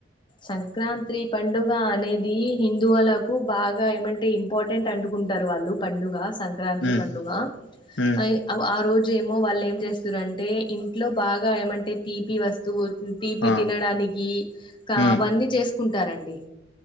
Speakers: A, on the left; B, on the left.
A: సంక్రాంతి పండుగ అనేది హిందువులకు బాగా ఏమంటే ఇంపార్టెంట్ అంటకుంట ఆన్టారు వాళ్ళు పండుగ సంక్రాంతి
B: ఉమ్
A: పండుగ
B: ఉమ్
A: అ ఆ రోజు ఏమో వాళ్ళు ఏం చేస్తుారంటే ఇంట్లో బాగా ఏమంటే తీపి వస్తువు తీపి
B: ఆ
A: తినడానికి కా
B: ఉమ్
A: అవన్నీ చేసుకుంటారంండి